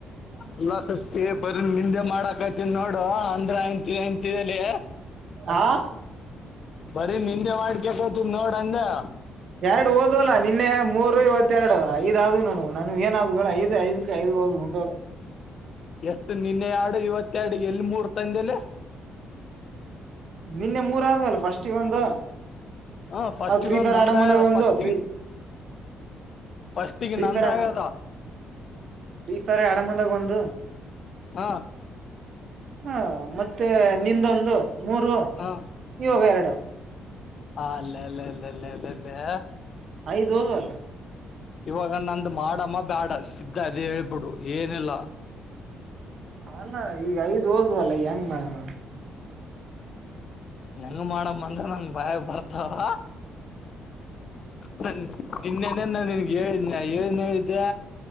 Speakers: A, on the left (about 55°); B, on the right (about 60°).
A: ಅಲ್ಲ ಸೃಷ್ಟಿ ಬರಿ ನಿಂದೆ ಮಾಡಕತಿ ನೋಡು ಅಂದ್ರ ಅಂತಿ ಅಂತಿ <unintelligible> ಲೇ
B: ಹಾ
A: ಬರಿ ನಿಂದೆ ಮಾಡ್ಕೊಸಕತ್ತಿ ನೋಡ ಅಂದೆ
B: ಎರಡು ಓದಲ್ಲಾ ನಿನ್ನೆ ಮೂರು ಇವತ್ತೆರಡು ಐದ ಅದಾವ ನನ್ನವು ಏನಾದವೂ ಹೇಳ ಐ ಐದ್ ಐದ್ ಇವಾಗ ಉಂಡೋದ
A: ಎಷ್ಟು ನಿನ್ನೆ ಎರಡು ಇವತ್ತ ಎರಡು ಎಲ್ಲಿ ಮೂರ್ ತಂದಲೆ
B: ನಿನ್ನೆ ಮೂರ ಆದವಲ್ಲ ಫಸ್ಟಗೆ ಒಂದು
A: ಹ ಫಸ್ಟ್ಗ
B: ಅದ್ ಫ್ರೀ
A: ಒಂದ್
B: ಫೈರ್
A: ನಂದ
B: ಆಡ ಮುಂದಾಗ
A: ಆಳ
B: ಒಂದು
A: ಫಸ್ಟ್
B: ಫ್ರೀ
A: ಇನ್ ಫಸ್ಟ್ ಗೆ
B: ಫ್ರೀ
A: ನಂದ
B: ಫೈರ್
A: ಆಗದ
B: ಸಾರೆ ಎಡ ಮುಂದೇಗ್ ಒಂದು
A: ಹಾ
B: ಹಾ ಮತ್ತೆ ನಿಂದೊಂದು ಮೂರು
A: ಹ
B: ಇವಾಗ ಎರಡು
A: ಹಾ ಅಲ್ಲಲ್ಲಲ್ಲಲ್ಲಲ್ಲಲ್ಲೇ
B: ಐದು ಹೋದವಲ್ಲ.
A: ಇವಾಗ ನಂದು ಮಾಡಮ್ಮ ಬೇಡ ಸಿದ್ದ ದೇವಿ ಬಿಡು ಏನಿಲ್ಲ.
B: ಅಲ್ಲ ಈಗ ಐದ್ ಹೋದ್ ಅಲ್ಲ ಹೆಂಗ್ ಮಾಡೇಮ
A: ಹೆಂಗ ಮಾಡಮ್ಮ ಅಂದ್ರೆ ನಂಗ ಬಾಯಾಗ ಬರ್ತಾವ ನ ನಿನ್ನೇನೇ ನ ನಿನ್ಗೆ ಹೇಳಿದನ ಏನ್ ಹೇಳಿದ್ದೆ